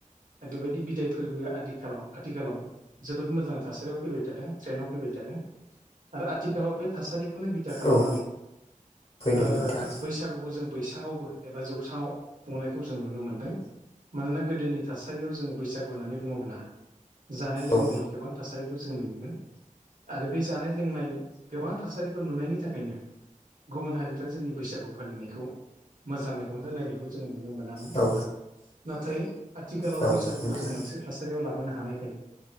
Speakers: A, on the right; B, on the left.
A: बेबायदि बिदाय फोर्बोआ आदिखालाव आथिखालाव जोबोद मोजां थासारियाव फैबाय थादों ट्रेनाव फैबाय थादों। आरो आथिखालाव बे थासारिखौनो बिथा खालामनानै
B: औ फैदों
A: आ
B: नोंथां
A: बैसागुखौ जों बैसाङावबो एबा जौ साङाव खुंनायखौ जों नुनो मोन्दों। मानोना गोदोनि थासारियाव जोङो बैसागु होननानै बुङोब्ला जानाय लोंनाय
B: औ
A: गोबां थासारिखौ जों नुयोमोन। आरो बे जानाय लोंनाय गोबां थासारिखौ नुनायनि थाखायनो। गुबुन हारिफ्रा जोंनि बैसागु फालिनायखौ मोजा मेगनजों नायखौ जोङो नुनो मोनामोन।
B: औ
A: नाथाय आथिखालाव
B: औ
A: बैसागुबो
B: नोंथां
A: जों मोनसे थासारियाव लाबोनो हानायखाय।